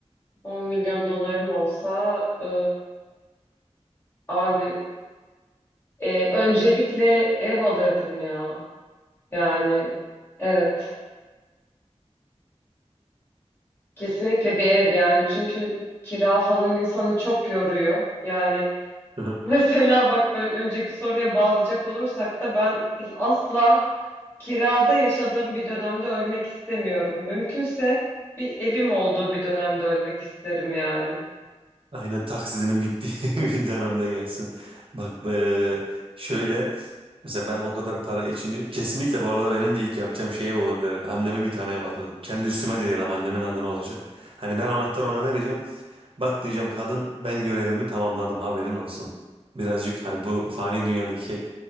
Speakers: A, on the left (about 20°); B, on the right (about 50°).
A: 10 milyon dolarım olsa e, Abi e, öncelikle ev alırdım ya. Yani evet kesinlikle bir ev yani çünkü kira falan insanı çok yoruyor. Yani <laughs>
B: <laughs>
A: mesela bak böyle önceki soruya bağlayacak olursak da ben asla kirada yaşadığım bir dönemde ölmek istemiyorum. Mümkünse bir evim olduğu bir dönemde ölmek isterim yani.
B: Aynen taksizinin bittiği <laughs> bir dönemde gelsin. Bak eee, şöyle mesela ben o kadar para için değil. Kesinlikle bu arada benim de ilk yapacağım şey ev olurdu herhalde. Anneme bir tane ev alırdım. Kendi üstüme de diyelim annemin adına olacak. Hani ben anahtarı ona vereceğim. Bak diyeceğim kadın ben görevimi tamamladım haberin olsun. Birazcık hani bu fani dünyadaki